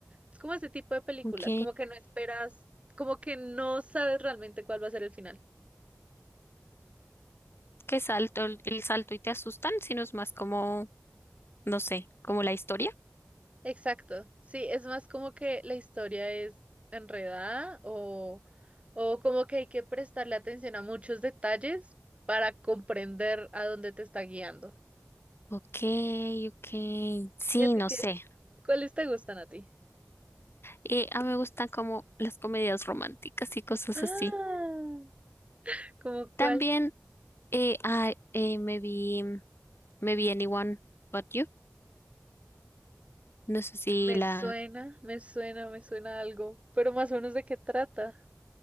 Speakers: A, on the right; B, on the left.
A: Es como ese tipo de películas,
B: Ok.
A: como que no esperas, como que no sabes realmente cuál va a ser el final.
B: que salto el el salto y te asustan, sino es más como, no sé, como la historia.
A: Exacto, sí, es más como que la historia es enredada o, o como que hay que prestarle atención a muchos detalles para comprender a dónde te está guiando.
B: Ok, ok. Sí,
A: ¿Y a ti
B: no
A: qué?
B: sé.
A: ¿Cuáles te gustan a ti?
B: Eh, a mí me gustan como las comedias románticas y cosas
A: Ah,
B: así.
A: ¿cómo cuál?
B: También eh, ah, eh, me vi, me vi Anyone But You. No sé si
A: Me
B: la...
A: suena, me suena, me suena algo, pero más o menos de qué trata.